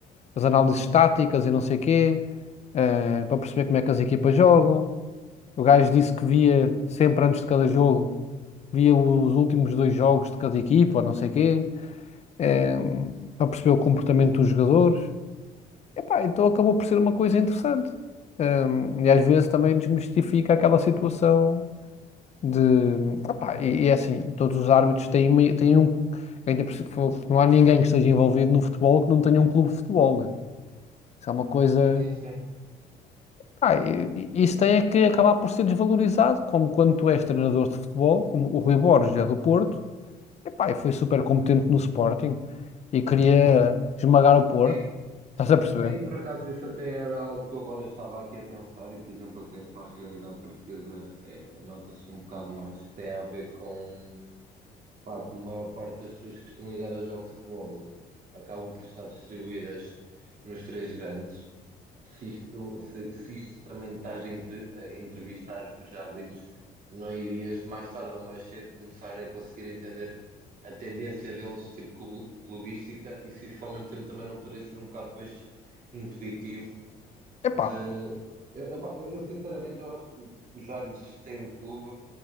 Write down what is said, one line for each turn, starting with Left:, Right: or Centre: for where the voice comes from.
Left: as análises táticas e não sei quê, eh, para perceber como é que as equipas jogam. O gajo disse que via sempre antes de cada jogo, via os últimos dois jogos de cada equipa ou não sei quê, eh, para perceber o comportamento dos jogadores. Epá, então acabou por ser uma coisa interessante. Hum, e às vezes também desmistifica aquela situação de. Epá, e, e é assim, e todos os árbitros têm, uma- têm um. ainda por cima, Não há ninguém que esteja envolvido no futebol que não tenha um clube de futebol, né? Isso é uma coisa.
Right: Sim, sim.
Left: Pá, e- e- isso tem é que acabar por ser desvalorizado, como quando tu és treinador de futebol, como o Rui Borges é do Porto, epá, e foi super competente no Sporting e queria esmagar o Porto,
Right: Sim,
Left: estás a perceber?
Right: Sim, por acaso isso até era algo que eu agora estava aqui a pensar e, por exemplo, até para a realidade portuguesa é, nota-se um bocado mais que tem a ver com, pá, com a maior parte das pessoas que estão ligadas ao futebol acabam por estar distribuídas nos três grandes se isto, se, se isto também estás a, entre- a entrevistar os árbitros, não irias mais tarde ou mais cedo começar a conseguir entender a tendência deles, tipo club- clubística, e se isso ao mesmo tempo também não poderia ser um bocado depois impeditivo
Left: Epá.
Right: de. Eu, eu, pá, eu, sinceramente eu acho que os árbitros têm um clube,